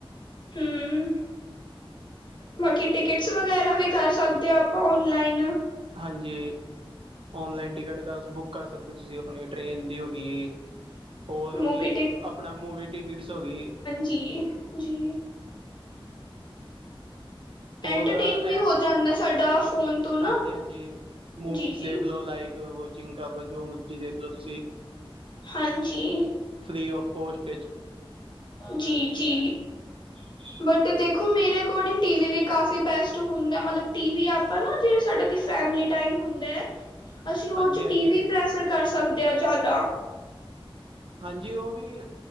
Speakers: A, on the left; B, on the right.
A: ਹੂੰ। ਬਾਕੀ ਟਿਕਟਸ ਵਗੈਰਾ ਵੀ ਕਰ ਸਕਦੇ ਆਂ ਆਪਾਂ ਔਨਲਾਈਨ?
B: ਹਾਂਜੀ, ਔਨਲਾਈਨ ਟਿਕਟ ਕਰ ਸ ਬੁਕ ਕਰ ਸਕਦੇ ਔ ਤੁਸੀ ਆਪਣੀ ਟ੍ਰੇਨ ਦੀ ਹੋ ਗੀ <unintelligible> ਹੋ
A: ਮੂਵੀ
B: ਗਈ, ਆਪਣਾ ਮੂਵੀ ਟਿਕਟਸ ਹੋ ਗਈ।
A: ਜੀ, ਜੀ।
B: ਔ
A: ਐਂਟਰਟੇਨ
B: ਤਾਂ
A: ਵੀ
B: ਐ
A: ਹੋ ਜਾਂਦਾ ਸਾਡਾ ਫੋਨ ਤੋਂ ਨਾ
B: ਹਾਂਜੀ-ਹਾਂਜੀ ਮੂਵੀਜ਼
A: ਜੀ ਜੀ
B: ਦੇਖ ਲੋ ਲਾਈਕ ਚਿੰ <unintelligible> ਜੋ ਮਰਜ਼ੀ ਵੇਖ ਲੋ ਤੁਸੀ।
A: ਹਾਂਜੀ।
B: ਫ੍ਰੀ ਆਫ ਕੋਸਟ ਇੱਚ।
A: ਜੀ-ਜੀ।
B: <unintelligible>
A: ਬਟ ਦੇਖੋ ਮੇਰੇ ਅਕੋਰਡਿੰਗ ਟੀਵੀ ਵੀ ਕਾਫੀ ਬੈਸਟ ਹੁੰਦੈ, ਮਤਲਬ ਟੀਵੀ ਆਪਾਂ ਨਾ ਜੇੜੇ ਸਾਡਾ ਕਿ ਫੈਮਿਲੀ ਟਾਈਮ ਹੁੰਦੈ
B: <unintelligible>
A: ਅਸੀ ਔਰ
B: ਹਾਂਜੀ-ਹਾਂਜੀ
A: 'ਚ ਟੀਵੀ ਪ੍ਰੈਫਰ ਕਰ ਸਕਦੇ ਆਂ ਜ਼ਿਆਦਾ।
B: ਹਾਂਜੀ, ਔ ਵੀ